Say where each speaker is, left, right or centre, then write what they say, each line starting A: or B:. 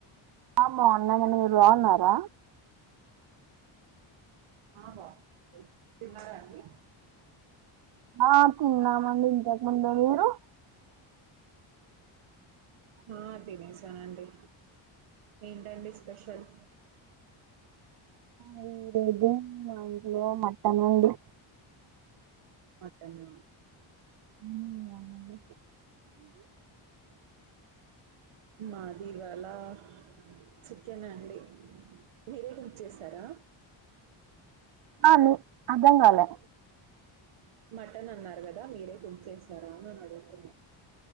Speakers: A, on the right; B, on the right.
A: ఆ బాగున్నానండి మీరు బాగున్నారా
B: ఆ బా తిన్నారాండి
A: ఆ తిన్నామండి ఇంతకుముందే మీరు
B: ఆ తినేసనండి ఏంటండి స్పెషల్
A: ఏం లేదు మా ఇంట్లో మట్టన్ ఉంది
B: <unintelligible>
A: ఉమ్ బావున్నండి
B: మాది ఇవాళా చికెన్ అండి మీరే కుక్ చేసారా
A: ఆ నే అర్థం కాలే
B: మటన్ అన్నారు గదా మీరే కుక్ చేసరా అని అడుగుతున్న